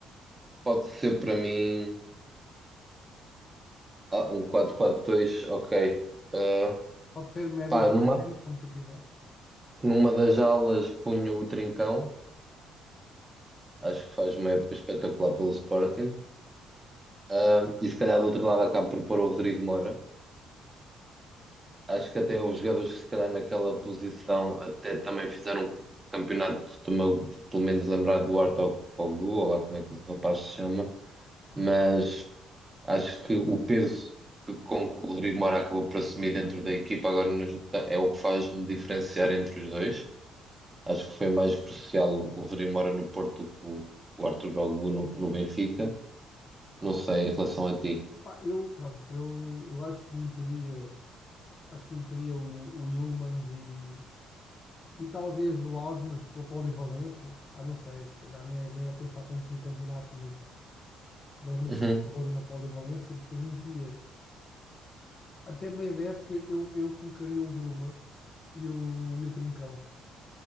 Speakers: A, on the right; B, on the left.
A: pode ser para mim ah, um quatro quatro dois ok. Ah,
B: Pode ser médios
A: pá,
B: ou
A: numa,
B: extremos, como tu quiser.
A: numa das alas punho o Trincão, acho que faz uma época espetacular pelo Sporting. Ah, e se calhar do outro lado acabo por pôr o Rodrigo Mora. Acho que até os jogadores que se calhar naquela posição até também fizeram um campeonato, estou-me a- pelo menos lembrar do Arthur Kogu, ou lá como é que o rapaz se chama, mas acho que o peso que, com que o Rodrigo Moura acabou por assumir dentro da equipa agora no Jota é o que faz-me diferenciar entre os dois. Acho que foi mais crucial o, o Rodrigo Moura no Porto que o, o Arthur Gogu no, no Benfica. Não sei, em relação a ti.
B: Pá, eu, pronto, eu, eu acho que meteria, acho que meteria o, o Hjulmand e, E talvez o Augsburg pela polivalência, pá, não sei, se calhar nem é, nem é pensar tanto no campeonato, mas, mas no
A: <laughs>
B: seu valor e na polivalência, depois metia até meio da época eu, eu colocaria o Bruma e o, e o Trincão.